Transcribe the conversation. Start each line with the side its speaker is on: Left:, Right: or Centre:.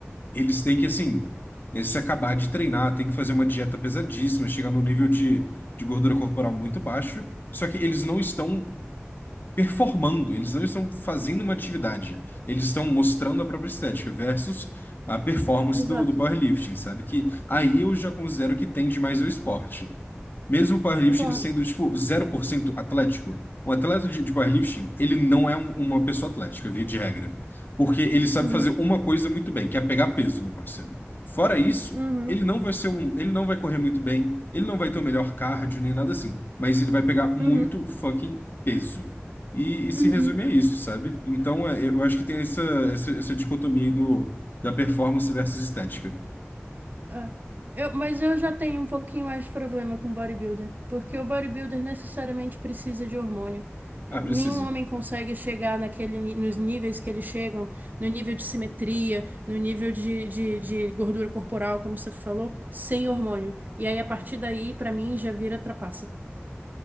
Left: Eles têm que, assim, eh, se acabar de treinar, tem que fazer uma dieta pesadíssima, chegar no nível de, de gordura corporal muito baixo. Só que eles não estão performando, eles não estão fazendo uma atividade, eles estão mostrando a própria estética versus a performance
Right: Exato.
Left: do, do powerlifting, sabe? Que aí eu já considero que tende mais ao esporte. Mesmo o powerlifting
Right: Concordo.
Left: ele sendo, tipo, zero por cento atlético, um atleta de, de powerlifting, ele não é um- uma pessoa atlética, via de regra. Porque ele sabe
Right: Uhum,
Left: fazer uma coisa muito bem, que é pegar peso, meu parceiro. Fora isso,
Right: uhum,
Left: ele não vai ser um, ele não vai correr muito bem, ele não vai ter o melhor cardio, nem nada assim. Mas ele vai pegar muito
Right: uhum,
Left: fucking peso. E, e se
Right: uhum.
Left: resume a isso, sabe? Então, é, eu acho que tem essa, essa, essa dicotomia aí do, da performance versus estética.
Right: É. Eu, mas eu já tenho um pouquinho mais de problema com bodybuilder, porque o bodybuilder necessariamente precisa de hormônio. Nenhum
Left: Ah, precisa.
Right: homem consegue chegar naquele, ni- nos níveis que eles chegam, no nível de simetria, no nível de, de, de gordura corporal, como você falou, sem hormônio. E aí, a partir daí, pra mim, já vira trapaça.